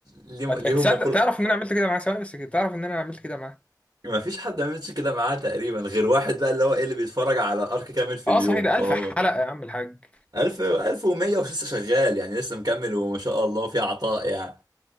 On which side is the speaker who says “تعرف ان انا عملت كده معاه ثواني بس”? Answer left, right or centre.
Left